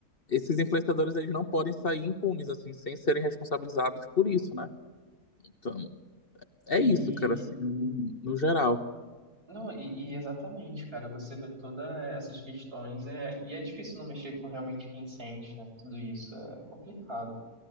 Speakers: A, on the left; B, on the right.
A: esses influenciadores eles não podem sair impunes assim, sem serem responsabilizados por isso, né? Então, é
B: E
A: isso, cara, assim, no geral.
B: Não, e, e exatamente, cara, você vê todas essas questões, é, e é difícil não mexer com realmente quem sente, né? Tudo isso é complicado.